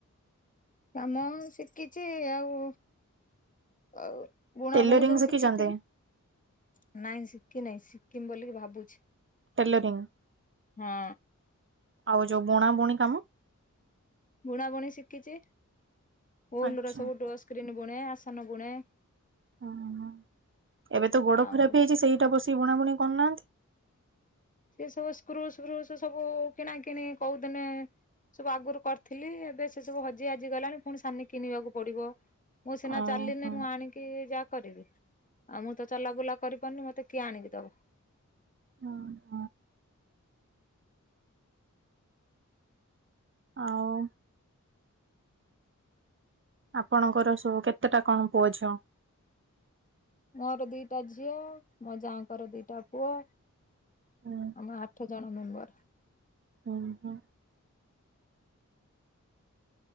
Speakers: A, on the left (about 25°); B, on the right (about 40°).
A: କାମ ଶିଖିଚି ଆଉ ଆଉ ବୁଣା
B: ଟେଲରିଂ
A: ବୁଣି ସବୁ
B: ଶିଖିଛନ୍ତି?
A: ଶିଖିଥିଲି ନାଇଁ ଶିଖି ନାହିଁ ଶିଖିମି ବୋଲି ଭାବୁଛି।
B: ଟେଲେରିଙ୍ଗ୍
A: ହଁ
B: ଆଉ ଯୋଉ ବୁଣା ବୁଣି କାମ?
A: ବୁଣାବୁଣି ଶିଖିଚି ଉଲୁର
B: ଆଚ୍ଛା
A: ସବୁ ଡୋନ୍ ସ୍କ୍ରିନ୍ ବୁଣେ ଆସନ ବୁଣେ।
B: ଅ ହଁ ଏବେ ତ ଗୋଡ
A: ଆଉ
B: ଖରାପ ହେଇଚି ସେଇଟା ବସିକି ବୁଣାବୁଣି କରୁନାହାନ୍ତି?
A: ସେ ସବୁ ସ୍କ୍ରୁ ସ୍ ଫୁସ୍ ସବୁ କିଣା କିଣି କୋଉଦିନେ ସବୁ ଆଗରୁ କରିଥିଲି ଏବେ ସେ ସବୁ ହଜି ହାଜିଗଲାଣି ପୁଣି ସାନି କିଣିବାକୁ ପଡିବ। ମୁଁ ସିନା
B: ଓହୋ
A: ଚାଲିନେ ମୁଁ ଆଣିକି କି ଯାହା କରିବି ଆଉ ମୁଁ ତ ଚଲାବୁଲା କରିପାରୁନି ମତେ କିଏ ଆଣିକି ଦବ?
B: ହଁ। ଆଉ ଆପଣଙ୍କର ସବୁ କେତେଟା କଣ ପୁଅ ଝିଅ?
A: ମୋର ଦିଟା ଝିଅ ମୋ ଯାଆଙ୍କର ଦିଟା ପୁଅ।
B: ହୁଁ
A: ଆମର ଆଠ ଜଣ ମେମ୍ବର।
B: ଉହୁଁ।